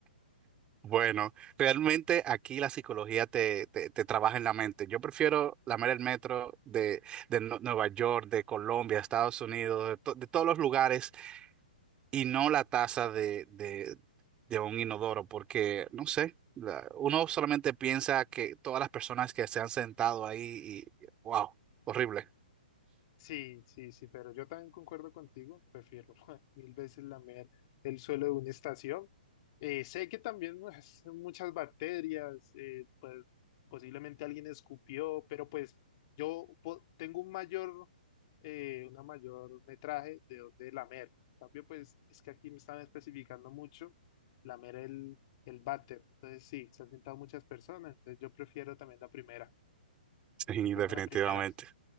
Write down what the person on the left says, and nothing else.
Sí, sí, sí, pero yo también concuerdo contigo, prefiero <laughs> mil veces lamer el suelo de una estación. Eh, sé que también pues, muchas bacterias, eh, pues posiblemente alguien escupió, pero pues yo po- tengo un mayor, eh, una mayor metraje de, de lamer. En cambio, pues es que aquí me están especificando mucho lamer el, el váter. Entonces sí, se han sentado muchas personas, entonces yo prefiero también la primera.
Yo me quedo
con la primera.